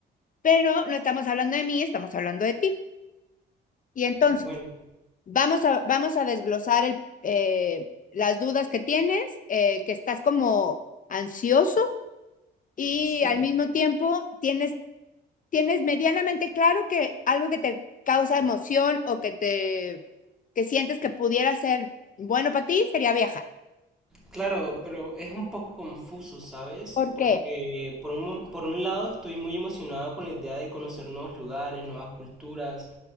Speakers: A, on the left (about 40°); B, in the centre.
A: Pero no estamos hablando de mí, estamos hablando de ti. Y entonces,
B: Bueno,
A: vamos a, vamos a desglosar el, eh, las dudas que tienes, eh, que estás como ansioso y
B: sí.
A: al mismo tiempo tienes, tienes medianamente claro que algo que te causa emoción o que te que sientes que pudiera ser bueno para ti sería viajar.
B: Claro, pero es un poco confuso, ¿sabes?
A: ¿Por
B: Porque
A: qué?
B: por un, mo- por un lado estoy muy emocionado con la idea de conocer nuevos lugares, nuevas culturas,